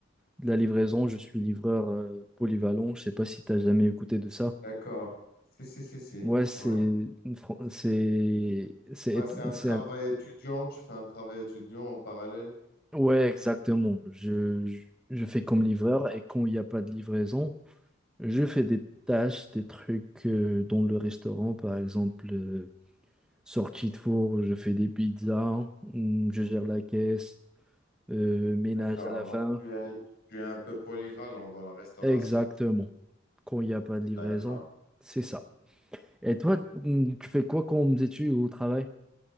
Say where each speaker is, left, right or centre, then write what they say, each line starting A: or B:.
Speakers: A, in the centre; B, on the left.
A: de la livraison. Je suis livreur euh, polyvalent. Je sais pas si tu as jamais écouté de ça.
B: D'accord. Si, si, si, si.
A: Ouais, c'est,
B: Ouais.
A: une fran- c'est, c'est,
B: Bah, c'est un travail
A: c'est un-
B: étudiant, tu fais un travail étudiant en parallèle.
A: ouais, exactement. Je, je, je fais comme livreur et quand il n'y a pas de livraison, Je fais des tâches, des trucs euh, dans le restaurant, par exemple, euh, sortie de four, je fais des pizzas, hmm, je gère la caisse, euh, ménage
B: D'accord,
A: à la
B: donc
A: fin.
B: Tu es, tu es un peu polyvalent dans la restauration.
A: Exactement. Quand il n'y a pas de livraison,
B: D'accord.
A: c'est ça. Et toi, hmm, tu fais quoi comme études au travail?